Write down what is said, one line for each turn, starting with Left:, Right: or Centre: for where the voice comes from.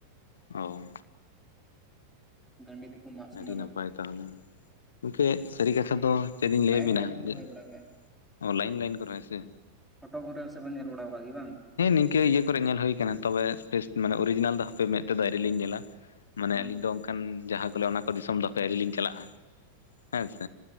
Left: ᱚᱻ
Centre: ᱜᱟᱸᱰᱤ ᱛᱮᱠᱚ ᱢᱟᱜ ᱥᱚᱢᱟᱱᱟ
Left: ᱟᱹᱰᱤ ᱱᱟᱯᱟᱭ ᱛᱟᱦᱚᱞᱮ, ᱜᱚᱢᱠᱮ ᱥᱟᱹᱨᱤ ᱠᱟᱛᱷᱟ ᱫᱚ ᱪᱮᱫ ᱞᱤᱧ ᱞᱟᱹᱭ
Centre: ᱞᱟᱭᱤᱱ
Left: ᱟᱵᱤᱱᱟ
Centre: ᱞᱟᱭᱤᱱ ᱠᱚ
Left: ᱡᱮ
Centre: ᱨᱚᱦᱚᱭ ᱵᱟᱲᱟ ᱠᱟᱜᱼᱟ
Left: ᱚ ᱞᱟᱭᱤᱱ ᱞᱟᱭᱤᱱ ᱠᱚ ᱨᱭᱚᱦᱚᱭᱟ ᱥᱮ?
Centre: ᱯᱷᱳᱴᱳ ᱠᱚᱨᱮ ᱥᱮᱵᱮᱱ ᱧᱮᱞ ᱵᱟᱲᱟ ᱠᱟᱜ ᱜᱮᱭᱟ ᱵᱟᱝ?
Left: ᱱᱤᱱᱠᱟᱹ ᱤᱭᱟᱹ ᱠᱚᱨᱮ ᱧᱮᱞ ᱦᱩᱭ ᱠᱟᱱᱟ ᱛᱚᱵᱮ, ᱯᱷᱮᱥ ᱢᱟᱱᱮ ᱚᱨᱤᱡᱤᱱᱟᱞ ᱫᱚ ᱦᱟᱯᱮ ᱢᱮᱫ ᱛᱮ ᱫᱚ ᱟᱣᱨᱤᱞᱤᱧ ᱧᱮᱞᱟ ᱾ ᱢᱟᱱᱮ
Centre: ᱦᱮᱸ
Left: ᱟᱹᱞᱤᱧ ᱫᱚ ᱚᱱᱠᱟᱱ ᱡᱟᱦᱟᱸ ᱠᱚ ᱞᱮᱭᱟ ᱚᱱᱟ ᱠᱚ ᱫᱤᱥᱚᱢ ᱫᱚ ᱦᱟᱯᱮ ᱟᱹᱣᱨᱤᱞᱤᱧ ᱪᱟᱞᱟᱜᱼᱟ ᱾ ᱦᱮᱸ ᱥᱮ